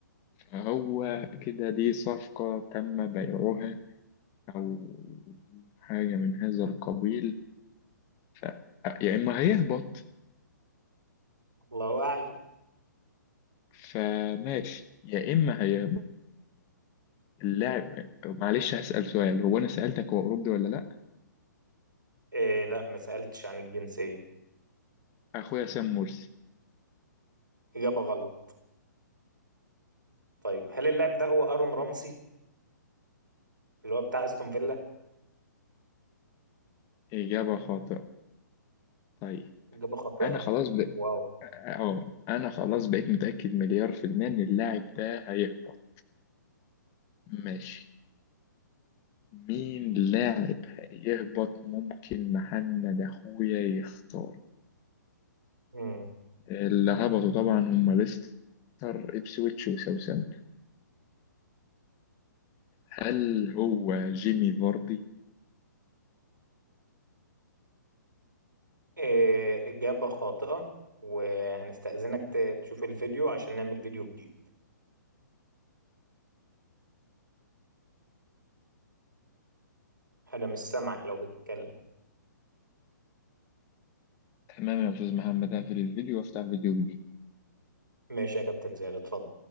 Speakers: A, on the left (about 25°); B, on the right (about 85°).
A: فهو كده دي صفقة تم بيعها او حاجة من هذا القبيل ف... يا اما هيهبط
B: الله أعلم
A: فماشي يا اما هيهبط اللاعب معلش هسأل سؤال هو أنا سألتك هو أوروبي ولا لأ؟
B: إيه لا ما سألتش عن الجنسية
A: أخويا سام مرسي
B: إجابة غلط طيب هل اللاعب ده هو أرون رامسي اللي هو بتاع أستون فيلا
A: إجابة خاطئة طيب
B: إجابة خاطئة
A: أنا خلاص ب...
B: واو
A: أه أنا خلاص بقيت متأكد مليار في المية إن اللاعب ده هيهبط ماشي مين لاعب هيهبط ممكن محمد أخويا يختار
B: مم.
A: اللي هبطوا طبعا هم ليستر إبسويتش وساوثهامبتون هل هو جيمي فاردي؟
B: إيه إجابة خاطئة وهنستأذنك ت- تشوف الفيديو عشان نعمل فيديو جديد أنا مش سامعك لو بتتكلم
A: تمام يا أستاذ محمد هقفل الفيديو وأفتح فيديو جديد
B: ماشي يا كابتن زياد اتفضل